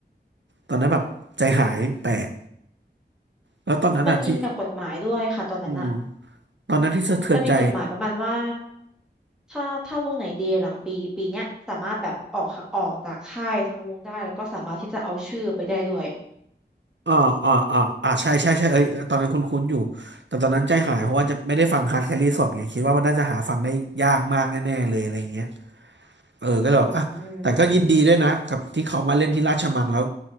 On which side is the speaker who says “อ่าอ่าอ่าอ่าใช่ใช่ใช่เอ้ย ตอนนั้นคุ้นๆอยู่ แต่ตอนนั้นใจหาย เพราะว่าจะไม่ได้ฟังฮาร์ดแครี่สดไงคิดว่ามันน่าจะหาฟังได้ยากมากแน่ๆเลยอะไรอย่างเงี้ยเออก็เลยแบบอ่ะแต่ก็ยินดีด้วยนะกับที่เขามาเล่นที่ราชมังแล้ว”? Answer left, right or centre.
Right